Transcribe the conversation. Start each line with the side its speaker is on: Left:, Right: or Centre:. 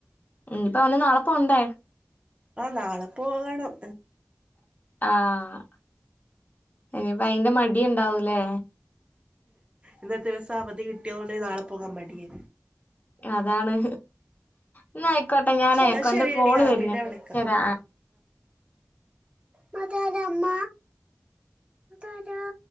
Left: ഉമ് ഇപ്പൊ അവന് നാളെ പോണ്ടേ
Right: ആഹ് നാളെ പോകണം
Left: ആഹ് ഇനിയിപ്പ അയിന്റെ മടി ഇണ്ടാവു ലേ
Right: ഇന്നത്തെ ദിവസം അവധി കിട്ടിയത് കൊണ്ട് നാളെ പോകാൻ മടിയ
Left: അതാണ് എന്നാ ആയിക്കോട്ടെ ഞാനേ
Right: എന്നാ
Left: ഇക്കാന്റെ
Right: ശെരിയടിയാ
Left: കോള് വരുന്നുണ്ട്
Right: പിന്നെ വിളിക്കാം
Left: ശരി
Right: ആഹ് മ്മ അതാരാ അമ്മ അതാരാ